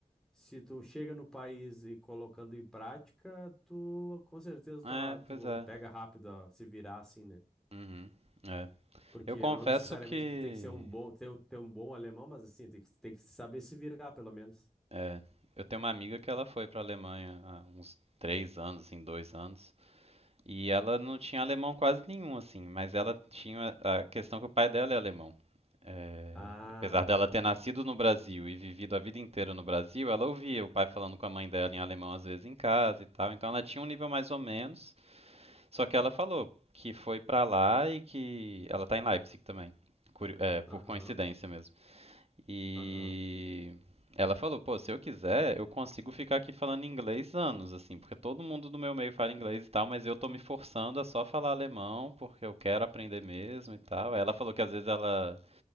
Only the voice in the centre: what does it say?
se tu chega no país e colocando em prática, tu com certeza
tu,
tu pega rápido a se virar assim, né?
Porque
não necessariamente
tu tem que ser um bom, ter, um- ter um bom alemão, mas assim, tem que, tem que saber se virar, pelo menos.
Ah,
aham,
aham.